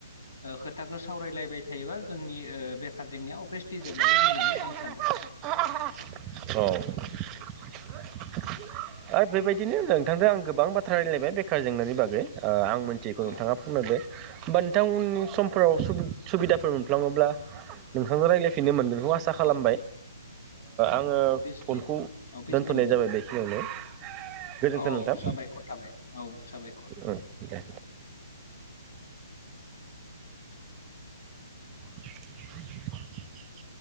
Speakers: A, on the left (about 70°); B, on the right (about 20°).
A: खोथाखौ सावरायलायबाय थायोबा जोंनि बेखार जेंनाया अभियासलि जोबलांगोन
B: <unintelligible>
A: होननानै आं सानो
B: आरो बेबायदिनो नोंथांदो आं गोबां बाथ्रा रायलायबाय बेखार जेंनानि बागै आं मोनथियैखौ
A: औ
B: नोंथाङा फोरमायबाय होमबा नोंथां उननि समफोराव सुबिदाफोर मोनफ्लाङोब्ला नोंथांजों रायज्लायफिननो मोनगोन बेखौ आसा खालामबाय
A: औ औ
B: आङो
A: अभियासलि
B: फनखौ
A: अभियासलि
B: दोनथ'नाय
A: मोनगोन
B: जाबाय बेखिनियावनो गोजोन्थों
A: औ
B: नोंथां
A: साबायखर थाबाय औ साबायखर
B: ओं दे
A: <inaudible>
B: <inaudible>